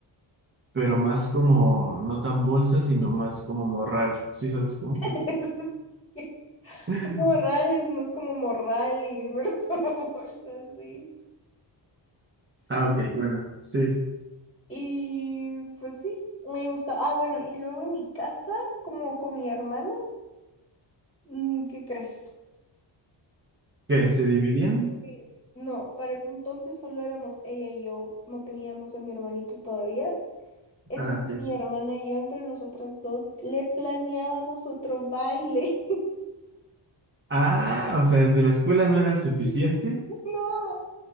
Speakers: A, on the right; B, on the left.
A: pero más como, no tan bolsa, sino más como morral. ¿Sí sabes cómo?
B: <laughs>
A: <laughs>
B: Un morral es más como morral y menos como <laughs> bolsa, sí. Sí,
A: Ah, ok, bueno, sí.
B: y pues sí, me gusta. Ah, bueno, y luego en mi casa, como con mi hermana, mm, ¿qué crees?
A: ¿Qué? ¿Se dividían?
B: Eh, No, para ese entonces solo éramos ella y yo, no teníamos a mi hermanito todavía. Entonces
A: Ah, sí.
B: mi hermana y yo, entre nosotras dos, le planeábamos otro baile.
A: Ah, o sea, el de la escuela no era suficiente.
B: <laughs> No,